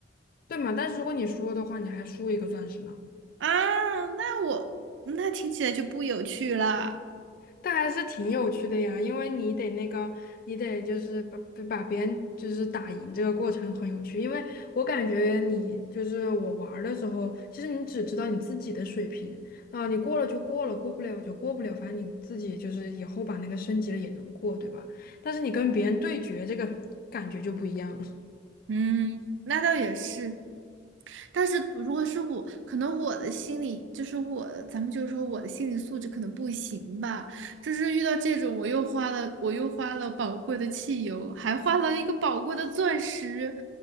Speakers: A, on the left; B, on the right.
A: 对嘛？但是如果你输了的话，你还输一个钻石呢。
B: 啊，那我那听起来就不有趣了。
A: 但还是挺有趣的呀，因为你得那个，你得就是把把别人就是打赢这个过程很有趣，因为我感觉你就是我玩儿的时候，其实你只知道你自己的水平，啊、你过了就过了，过不了就过不了，反正你自己就是以后把那个升级了也能过，对吧？但是你跟别人对决，这个感觉就不一样了。
B: 嗯，那倒也是。但是如果是我，可能我的心理就是我，咱们就是说我的心理素质可能不行吧。就是遇到这种，我又花了，我又花了宝贵的汽油，还花了一个宝贵的钻石，